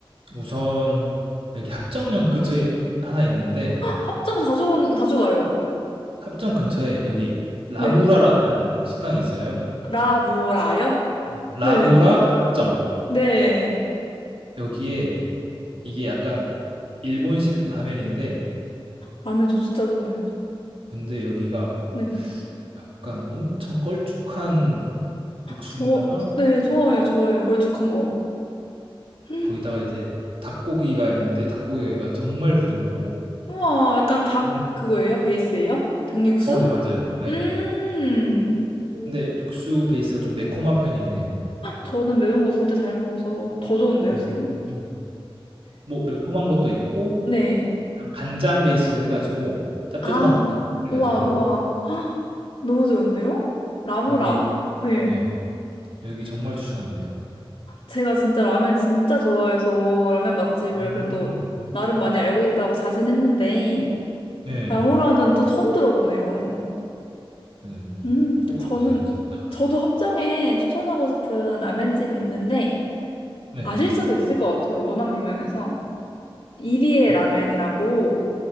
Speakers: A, on the right (about 75°); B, on the left (about 80°).
A: 우선 여기 합정역 근처에 하나 있는데
B: 합정 자주, 건- 자주 가요.
A: 합정 근처에 여기 라무라라는
B: 네.
A: 식당이 있어요.
B: 라무라요?
A: 네. 라무라
B: 네네네.
A: 합정.
B: 네. 네.
A: 여기에 이게 약간 일본식 라멘인데
B: 라면 저 진짜 좋아해요.
A: 근데 여기가
B: 네.
A: 약간 엄청 걸쭉한 육수에다가
B: 저, 네, 좋아요 좋아요 걸쭉한 거. <gasps> 헉,
A: 거기다가 이제 닭고기가 있는데 닭고기가 정말 부드럽고
B: 우와, 약간 닭
A: 음.
B: 그거예요? 베이스예요? 닭육수?
A: 어 네 맞아요. 네,
B: 음,
A: 근데 육수 베이스가 좀 매콤한 편이긴 해요.
B: 저는 매운 거 진짜 잘 먹어서 더 좋은데요,
A: 음.
B: 지금?
A: 뭐 매콤한 것도 있고
B: 네.
A: 간장 베이스로 해 가지고 짭조름한
B: 아,
A: 것도 있고 그래
B: 우와,
A: 가지고
B: 우와. <gasps> 헉, 너무 좋은데요? 라무라.
A: 여기
B: 예.
A: 네. 여기 정말 추천합니다.
B: 제가 진짜 라면 진짜 좋아해서 라면 맛집을
A: 음.
B: 그래도 나름 많이 알고 있다고 자신했는데,
A: 네.
B: 라무라는 또 처음 들어보네요.
A: 네.
B: 음,
A: 꼭 가
B: 저는,
A: 보세요 진짜.
B: 저도 합정에 추천하고 싶은 라면집이 있는데,
A: 네.
B: 아실 수도 있을 것 같아요. 워낙 유명해서. 이리의
A: 이리
B: 라면이라고